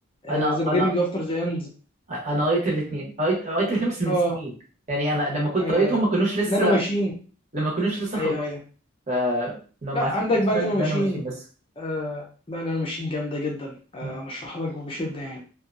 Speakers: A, on the right (about 35°); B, on the left (about 25°).
A: انا
B: ذا بيجيننج
A: انا
B: افتر ذا اند
A: انا قريت الاثنين قريت قريت الاثنين بس من
B: اه
A: سنين يعني انا لما كنت
B: ايوه
A: قريتهم
B: ايوه
A: ما كانوش لسه
B: نانو ماشين
A: لما كانوش لسه
B: ايوه
A: خلصت
B: ايوه
A: ف ما
B: لا
A: ما
B: عندك
A: سمعتش
B: بقى نانو
A: ان
B: ماشين
A: انا ماشيين لسه
B: آه لا انا ماشين جامده جدا آه
A: مم.
B: ارشح لك وبشده يعني